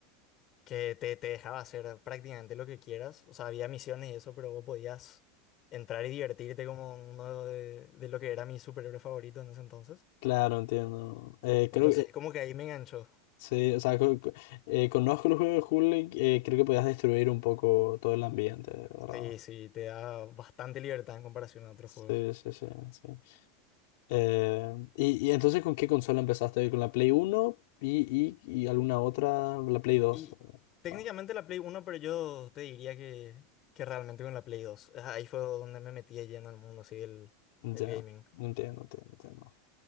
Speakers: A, on the left; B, on the left.
A: que te, te dejaba hacer prácticamente lo que quieras. O sea, había misiones y eso, pero vos podías entrar y divertirte como uno de, de lo que era mi superhéroe favorito en ese entonces.
B: Claro, entiendo. Eh,
A: Entonces,
B: creo que
A: como que ahí me enganchó.
B: Sí, o sea, co- co- eh, conozco el juego de Hulk, eh, creo que podías destruir un poco todo el ambiente, ¿verdad?
A: Sí, sí, te da bastante libertad en comparación a otros
B: Sí,
A: juegos.
B: sí, sí, sí. sí. Eh, y, y entonces con qué consola empezaste? ¿Con la Play uno y, y, y alguna otra? ¿La Play dos
A: Y técnicamente
B: No,
A: la Play Uno, pero yo te diría que, que realmente con la Play 2, Ah, Ahí fue donde me metí ya en el mundo así del,
B: ya,
A: del gaming.
B: no entiendo, entiendo, entiendo.